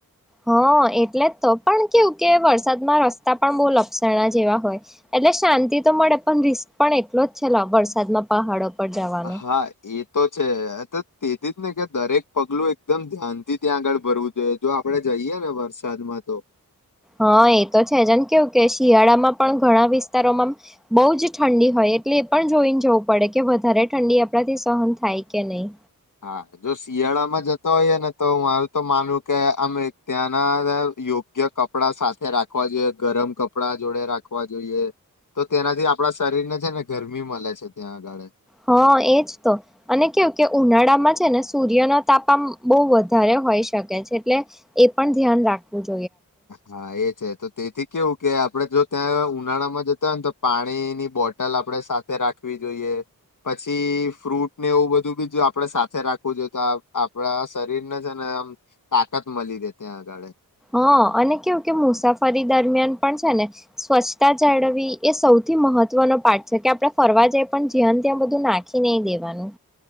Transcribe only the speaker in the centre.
હા એટલે તો પણ કેવું કે વરસાદમાં રસ્તા પણ બહુ લપસણા જેવા હોય. એટલે શાંતિ તો મળે પણ રિસ્ક પણ એટલો જ છે. લો વરસાદમાં પહાડો પર જવાનો
હા એ તો છે. જને કેવું કે શિયાળામાં પણ ઘણા વિસ્તારોમાં બહુ જ ઠંડી હોય એટલે એ પણ જોઈને જવું પડે કે વધારે ઠંડી આપણાથી સહન થાય કે નહીં
હા એજ તો અને કેવું કે ઉનાળામાં છે. ને સૂર્ય ન તાપામ બહુ વધારે હો શકે છે. એટલે એ પણ ધ્યાન રાખવું જો
હ અને કેવું કે મુસાફરી દરમિયાન પણ છે. ને સ્વચ્છતા જાળવી એ સૌથી મહત્વપૂર્ણ મહત્વનો ઓ પાઠ છે. કે આપડે ફરવા જાય પણ જ્યાને ત્યાં બધું નાખી નહી દેવાનું.